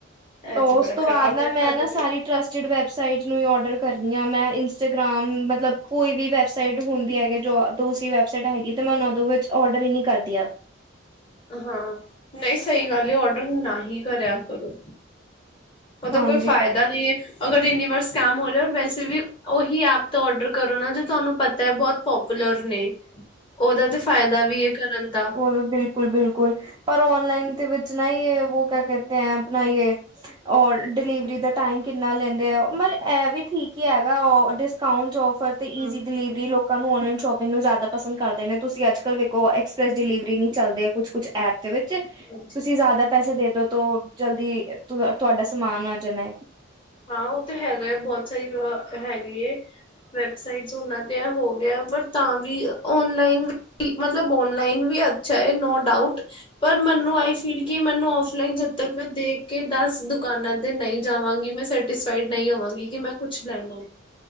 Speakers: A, on the right (about 20°); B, on the left (about 25°).
A: ਤੋਂ
B: ਇਹ ਤੇ
A: ਉਸ
B: ਬੜਾ
A: ਤੋਂ
B: ਖ਼ਰਾਬ
A: ਬਾਅਦ
B: ਹੋਇਆ
A: ਨਾ ਮੈਂ
B: ਤੁਹਾਡੇ
A: ਨਾ
B: ਨਾਲ
A: ਸਾਰੀ ਟਰੱਸਟਿਡ ਵੈੱਬਸਾਈਟ ਨੂੰ ਹੀ ਔਡਰ ਕਰਨੀ ਆ ਮੈਂ, ਇੰਸਟਾਗ੍ਰਾਮ ਮਤਲਬ ਕੋਈ ਵੀ ਵੈਬ ਸਾਈਟ ਹੁੰਦੀ ਹੈਗੈ ਜੋ ਉਸੀ ਵੈਬਸਾਈਟਾ ਹੈਗੀ ਤੇ ਮੈਂ ਉਹਨੂੰ ਉਦੇ ਵਿੱਚ ਔਡਰ ਹੀ ਨੀ ਕਰਦੀ।
B: ਹਾਂ, ਨਹੀਂ ਸਹੀ ਗੱਲ ਐ ਓਡਰ ਨਾ ਹੀ ਕਰਿਆ ਕਰੋਂ। ਉਹਦਾ
A: ਹਾਂਜੀ
B: ਕੋਈ ਫਾਇਦਾ ਨੀ ਏ ਅਗਰ ਏਨੀਂ ਵਾਰ ਸਕੈਮ ਹੋ ਰਿਹਾ, ਵੈਸੇ ਵੀ ਉਹੀ ਐਪ ਤੋਂ ਓਡਰ ਕਰੋ ਨਾ ਜੋ ਤੁਹਾਨੂੰ ਪਤਾ ਐ ਬਹੁਤ ਪੋਪੂਲਰ ਨੇ, ਉਹਦਾ ਤੇ ਫਾਇਦਾ ਵੀ ਐ ਕਰਨ ਦਾ
A: ਹੋਰ ਫ਼ੇਰ। ਬਿਲਕੁਲ- ਬਿਲਕੁਲ ਪਰ ਔਨਲਾਈਨ ਦੇ ਵਿੱਚ ਨਾ ਯੇ ਵੋ ਕਿਆ ਕਹਤੇ ਐ ਆਪਣਾ ਯੇ ਔਰ ਡਿਲੀਵਰੀ ਦਾ ਟਾਇਮ ਕਿੰਨਾ ਲੈਂਦੇ ਆ, ਮਤਲਬ ਐਹ ਵੀ ਠੀਕ ਹੀ ਹੈਗਾ ਓ ਡਿਸਕਾਊਂਟਜ ਔਫਰ ਤੇ
B: ਹੂੰ
A: ਈਜ਼ੀ ਡਿਲੀਵਰੀ ਲੋਕਾਂ ਨੂੰ ਔਨਲਾਈਨ ਸ਼ੋਪਿੰਗ ਨੂੰ ਜ਼ਿਆਦਾ ਪਸੰਦ ਕਰਦੇ ਨੇਂ। ਤੁਸੀਂ ਅੱਜ ਕੱਲ ਵੇਖੋਂ ਐਕਸਪ੍ਰੈਸ ਡਿਲੀਵਰੀ ਨੀ ਚੱਲਦੇ ਆ ਕੁੱਛ- ਕੁੱਛ ਐਪ ਦੇ ਵਿੱਚ
B: ਹਾਂਜੀ।
A: ਤੁਸੀਂ ਜ਼ਿਆਦਾ ਪੈਸੇ ਦੇ ਦੋ ਤੋਂ ਜਲਦੀ ਤੁਹਾਡਾ ਸਮਾਂਨ ਆ ਜਾਣਾ ਏ।
B: ਹਾਂ ਉਹ ਤਾਂ ਹੈਗਾ ਏ, ਬਹੁਤ ਸਾਰੀ ਹੈਗੀ ਏ। ਵੈਬਸਾਈਟ ਉਹਨਾਂ ਤੇ ਐਹ ਹੋ ਗਿਆ, ਪਰ ਤਾਂ ਵੀ ਔਨਲਾਈਨ ਵੀ ਮਤਲਬ ਔਨਲਾਈਨ ਵੀ ਅੱਛਾ ਏ ਨੋ ਡਾਊਟ ਪਰ ਮੈਂਨੂੰ ਅਈ ਫੀਲ ਕਿ ਮੈਂਨੂੰ ਔਫਲਾਈਨ ਜਦ ਤੱਕ ਮੈਂ ਦੇਖ ਕੇ ਦਸ ਦੁਕਾਨਾਂ ਤੇ ਨਹੀਂ ਜਾਵਾਂਗੀ ਮੈਂ ਸੈਟਿਸਫਾਈਡ ਨਹੀਂ ਹੋਵਾਂਗੀ ਕਿ ਮੈਂ ਕੁਛ ਲੈਣਾਂ ਵਾ